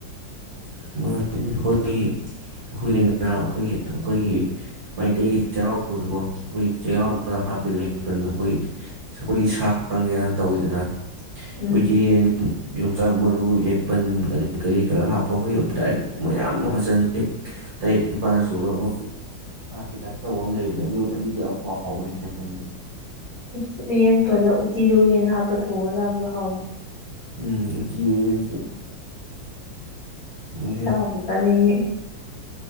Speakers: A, on the right; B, on the left.
A: <unintelligible> ꯑꯩꯈꯣꯏꯒꯤ ꯑꯩꯈꯣꯏꯒꯤ ꯅ ꯑꯩꯈꯣꯏꯒꯤ ꯑꯩꯈꯣꯏꯒꯤ ꯃꯩꯇꯩꯒꯤ ꯆꯩꯔꯥꯎꯕꯗꯀꯣ ꯑꯩꯈꯣꯏ ꯆꯩꯔꯥꯎꯗ ꯍꯥꯞꯄꯤ <unintelligible> ꯑꯩꯈꯣꯏ ꯑꯩꯈꯣꯏ ꯁꯥ ꯀꯪꯒꯦꯅ ꯇꯧꯋꯤꯗꯅ
B: ꯎꯝ
A: ꯎꯆꯌꯦꯟ ꯌꯣꯡꯆꯥꯛ ꯃꯔꯨ ꯌꯥꯏꯄꯜ ꯑꯗꯩ ꯀꯔꯤ ꯈꯔ ꯍꯥꯞꯄ ꯑꯈꯣꯏꯒꯤ ꯗꯥꯏꯔꯦꯛ ꯃꯌꯥꯝ ꯑꯃ ꯃꯆꯜꯁꯤ ꯇꯔꯦꯠ ꯅꯤꯄꯥꯜꯗ ꯁꯨꯔꯣ ꯑꯃꯨꯛ ꯆꯥꯛ ꯍꯈꯤꯇꯥꯛ ꯇꯧꯕ ꯑꯃ ꯂꯩꯕꯅꯦ ꯑꯗꯨ ꯑꯗꯨꯗ ꯌꯥꯝ ꯍꯥꯎꯕꯅꯦ ꯁꯦꯄꯜ
B: ꯑꯁ ꯎꯌꯦꯟ ꯄꯜꯂ ꯎꯇꯤꯗ ꯎꯌꯦꯟ ꯍꯥꯞꯄ ꯊꯣꯡꯉꯒ ꯆꯥꯕꯗꯣ ꯍꯥꯎꯋ
A: ꯎꯝ ꯎꯇꯤ ꯎꯌꯦꯟ <unintelligible>
B: <unintelligible>